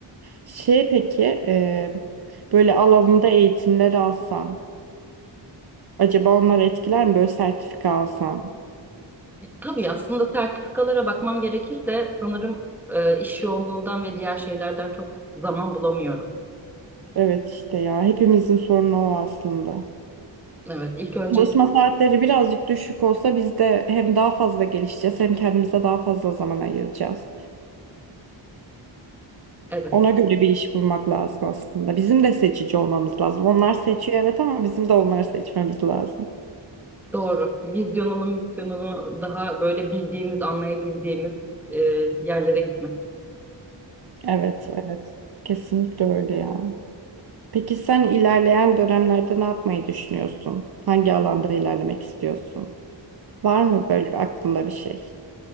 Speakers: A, on the right; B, in the centre.
A: Şey peki e, böyle alanında eğitimler alsan acaba onlar etkiler mi? Böyle sertifika alsan.
B: E, tabii aslında sertifikalara bakmam gerekir de sanırım e, iş yoğunluğundan ve diğer şeylerden çok zaman bulamıyorum.
A: Evet işte ya hepimizin sorunu o aslında.
B: Evet, ilk önce
A: Çalışma saatleri birazcık düşük olsa biz de hem daha fazla gelişeceğiz hem kendimize daha fazla zaman ayıracağız.
B: evet
A: Ona göre bir iş bulmak lazım aslında. Bizim de seçici olmamız lazım. Onlar seçiyor evet ama bizim de onları seçmemiz lazım.
B: doğru. Vizyonunu, misyonunu daha böyle bildiğimiz, anlayabildiğimiz e, yerlere gitmek.
A: Evet, evet. Kesinlikle öyle ya. Peki sen ilerleyen dönemlerde ne yapmayı düşünüyorsun? Hangi alanda ilerlemek istiyorsun? Var mı böyle bir aklında bir şey?